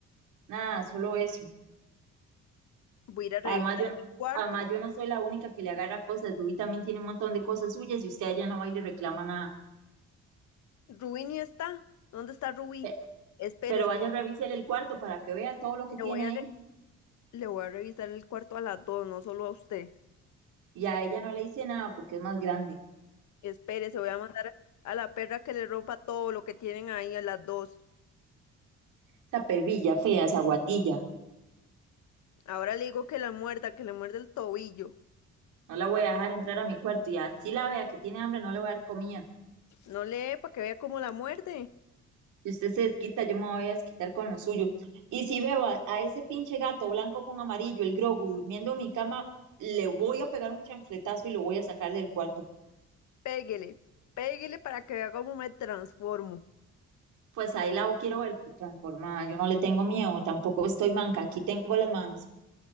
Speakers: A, on the right (about 80°); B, on the left (about 70°).
A: Nada, solo eso.
B: Voy a ir a revisar
A: Además, yo,
B: el cuarto.
A: además, yo no soy la única que le agarra cosas. Rubí también tiene un montón de cosas suyas y usted allá no va y le reclama nada.
B: Rubí ni está. ¿Dónde está Rubí?
A: Pe-
B: Espérese.
A: Pero vaya, revísele el cuarto para que vea todo lo que
B: Le
A: tiene
B: voy a,
A: ahí.
B: re- le voy a revisar el cuarto a las dos, no solo a usted.
A: Y a ella no le dice nada porque es más grande.
B: Espérese, voy a mandar a la perra que le rompa todo lo que tienen ahí a las dos.
A: Esa pebilla fea, esa guatilla.
B: Ahora le digo que la muerda, que le muerde el tobillo.
A: No la voy a dejar entrar a mi cuarto y así la vea que tiene hambre, no le voy a dar comida.
B: No lee para que vea cómo la muerde.
A: Si usted se desquita, yo me voy a desquitar con lo suyo. Y si veo a, a ese pinche gato blanco con amarillo, el Grogu, durmiendo en mi cama, le voy a pegar un chancletazo y lo voy a sacar del cuarto.
B: Péguele, péguele para que vea cómo me transformo.
A: Pues ahí la quiero ver pues, transformada. Yo no le tengo miedo, tampoco estoy manca. Aquí tengo las manos.